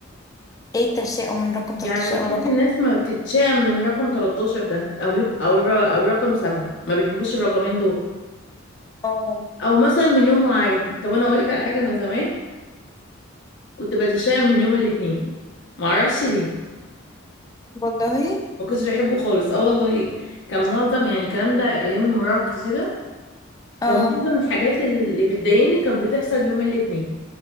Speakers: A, on the left; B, on the left.
A: ايه التشاؤم من رقم 13
B: يعني تحس
A: او رقم
B: الناس ما بتتشائم من رقم 13 ده او يق... او الر... او رقم 7 ما بيحبوش الرقمين دول
A: اه
B: او مثلا من يوم معين طب انا اقول لك على حاجة انا زمان كنت بتشائم من يوم الاثنين معرفش ليه
A: والله
B: ما كنتش بحبه خالص اه والله كان معظم يعني الكلام ده ايام المراهقه كده
A: اه
B: كان معظم الحاجات اللي بتضايقني كانت بتحصل يوم الاثنين